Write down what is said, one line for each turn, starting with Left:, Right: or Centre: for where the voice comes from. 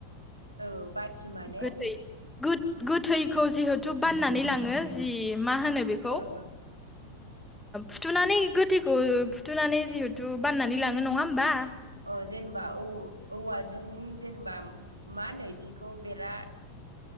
Right: औ बाथि माने
Centre: गोदै गोथैखौ जिहेथु बाननानै लाङो जि मा होनो बे
Right: अ अ
Centre: फुथुनानै गोथैखौ फुथुनानै जिहेथु बाननानै लाङो नङा होमबा
Right: अ जेनेबा औ औवाजों जेनेबा मा होनो बिखौ बेरा